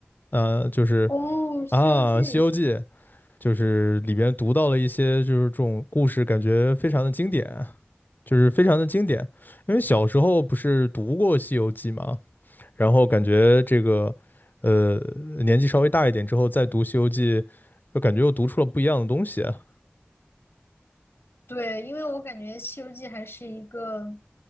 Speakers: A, on the left; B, on the left.
A: 呃，就是
B: 哦，《西游记》。
A: 啊，《西游记》就是里边读到了一些就是这种故事，感觉非常的经典。就是非常的经典。因为小时候不是读过《西游记》嘛，然后感觉这个呃年纪稍微大一点之后再读《西游记》，就感觉又读出了不一样的东西啊。
B: 对，因为我感觉《西游记》还是一个